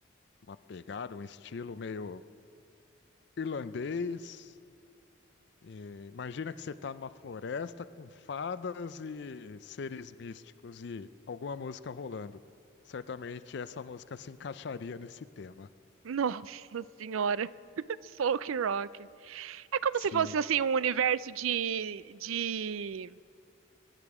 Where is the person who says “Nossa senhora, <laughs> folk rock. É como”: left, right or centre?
Right